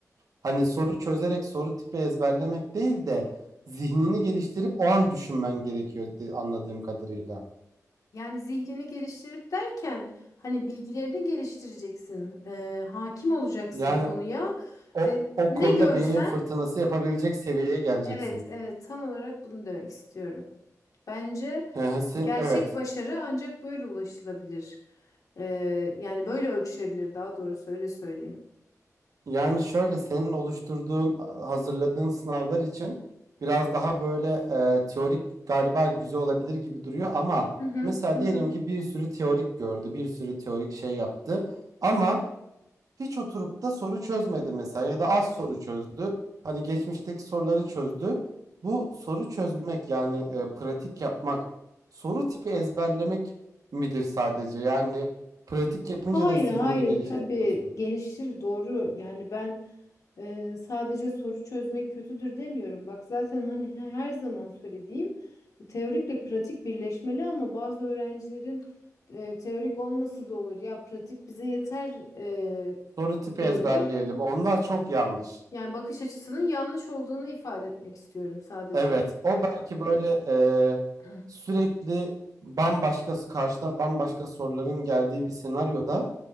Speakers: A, on the right; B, on the left.
A: hani soru çözerek soru tipi ezberlemek değil de zihnini geliştirip o an düşünmen gerekiyor di- anladığım kadarıyla.
B: Yani zihnini geliştirip derken hani bilgilerini geliştireceksin. E, hakim olacaksın
A: Yani
B: konuya.
A: o
B: E,
A: o
B: ne
A: konuda
B: görsen
A: beyin fırtınası yapabilecek seviyeye geleceksin.
B: Evet, evet tam olarak bunu demek istiyorum. Bence
A: Hı hı, sen
B: gerçek
A: evet.
B: başarı ancak böyle ulaşılabilir. Ee, yani böyle ölçülebilir daha doğrusu öyle söyleyeyim.
A: Yani şöyle senin oluşturduğun, hazırladığın sınavlar için biraz daha böyle e, teorik galiba güzel olabilir gibi duruyor ama
B: Hı hı,
A: mesela
B: hı hı.
A: diyelim ki bir sürü teorik gördü, bir sürü teorik şey yaptı ama hiç oturup da soru çözmedi mesela ya da az soru çözdü. Hani geçmişteki soruları çözdü. Bu soru çözmek yani e, pratik yapmak, soru tipi ezberlemek midir sadece? Yani pratik yapınca
B: Hayır,
A: da zihnini
B: hayır
A: geliştiriyorsun.
B: tabii gelişir doğru. Yani ben e, sadece soru çözmek kötüdür demiyorum. Bak zaten hani he- her zaman söylediğim teorikle pratik birleşmeli ama bazı öğrencilerin e, teorik olması da olur. Ya pratik bize yeter e,
A: Soru tipi
B: şeyinin.
A: ezberleyelim. Onlar çok yanlış.
B: Yani bakış açısının yanlış olduğunu ifade etmek istiyorum sadece.
A: Evet, o belki böyle e,
B: <clears throat>
A: sürekli bambaşka karşına bambaşka soruların geldiği bir senaryoda